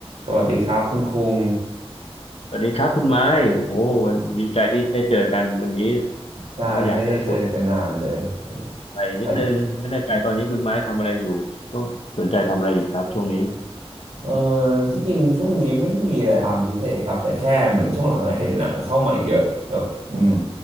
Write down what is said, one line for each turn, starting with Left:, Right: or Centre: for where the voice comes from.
Right: สวัสดีครับคุณคุง
Left: สวัสดีครับคุณไม้โอ้โหดีใจที่ได้เจอกันวันนี้
Right: ใช่ไม่ได้เจอกันนานเลย
Left: ก็อยากจะชวนไปนิดนึงไม่แน่ใจตอนนี้คุณไม้ทำอะไรอยู่ช่วงสนใจทำอะไรอยู่ครับช่วงนี้
Right: เออเออที่จริงช่วงนี้ไม่ได้มีอะไรทำพิเศษครับแต่แค่เหมือนช่วงหลังอะเห็นหนังเข้ามาเยอะแบบอืม